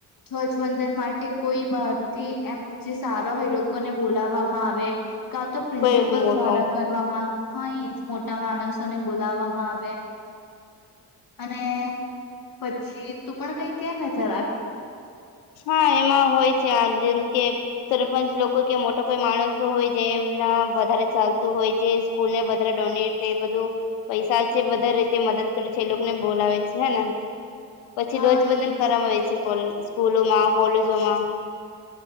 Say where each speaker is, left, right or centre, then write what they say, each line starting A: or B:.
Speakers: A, on the left; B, on the left.
A: ધ્વજવંદન માટે કોઈ બહાર થી એમ જે સારોહોયે એ લોકોને બોલાવવામાં આવે. કા તો પ્રિન્સિપલ
B: કોઈ મોટો
A: દ્વારા કરવામાં હા એજ મોટા માણસ. ને બોલાવવામાં આવે. અને. પછી તું પણ કંઈ કે જરાક.
B: હા, એમાં હોય છે આ જેમ કે સરપંચ લોકો કે મોટા કોઈ માણસો હોય જે એમના વધારે ચાલતું હોય જે સ્કૂલને વધારે ડોનેટ એ બધું પૈસા છે વધારે રીતે મદદ કરે છે એ લોકોને બોલાવે છે હે. પછી
A: હા
B: ધ્વજવંદન
A: એજ
B: કરવામાં આવે છે. ઓલ. સ્કૂલોમાં- કોલેજોમાં.